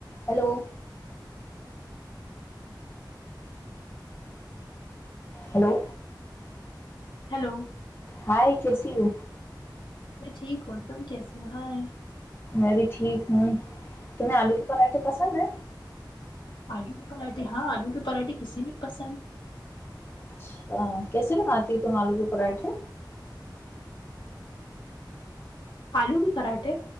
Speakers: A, on the left; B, on the left.
A: ہیلو ہلو
B: ہیلو
A: ہائے کیسیو
B: میں ٹھیک ہوں تم کیسی وہاں ہے
A: میں بھی ٹھیک ہوں تمہیں آلو کے پراٹھے پسند ہیں
B: آلو کے پراٹھے ہاں آلو کے پراٹھے کسسی نے پسند
A: اچھا کیسے بناتی ہو تم آلو کے پراٹھے
B: آلو کے پراٹھے